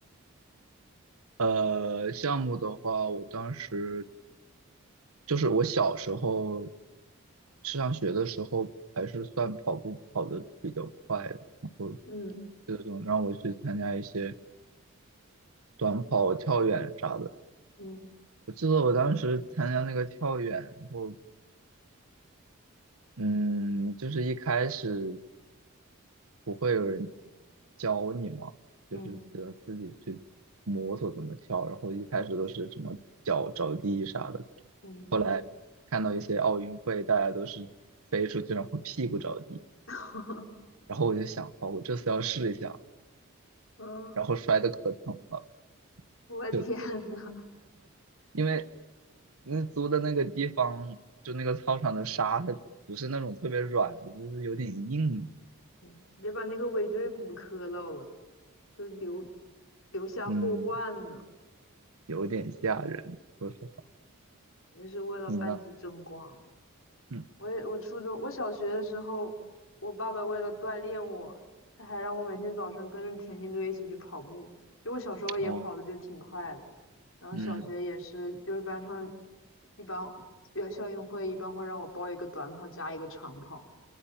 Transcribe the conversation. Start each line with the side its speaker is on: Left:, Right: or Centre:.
Right: 呃，项目的话，我当时就是我小时候去上学的时候，还是算跑步跑得比较快的，然后
Left: 嗯
Right: 这种让我去参加一些短跑、跳远啥的。
Left: 嗯
Right: 我记得我当时参加那个跳远，然后嗯，就是一开始不会有人教你嘛，
Left: 嗯
Right: 就是只能自己去摸索怎么跳，然后一开始都是什么脚着地啥的，
Left: 嗯，
Right: 后来看到一些奥运会，大家都是飞出去，然后屁股着地。
Left: <laughs>
Right: 然后我就想，好，我这次要试一下，
Left: 嗯，
Right: 然后摔的可疼了，
Left: 我天呐，
Right: 就因为那租的那个地方，就那个操场的沙，它不是那种特别软的，就是有点硬，
Left: 天，别把那个尾椎骨磕到了，都留留下后患呢。
Right: 嗯，有点吓人。说实话，
Left: 那是为了班级争光。
Right: 你呢？嗯，
Left: 我也我初中我小学的时候，我爸爸为了锻炼我，他还让我每天早上跟着田径队一起去跑步。就我小时候也跑的就挺快的，
Right: 哦，
Left: 然后小学也是，
Right: 嗯
Left: 就是班上一般要校运会一般会让我报一个短跑加一个长跑。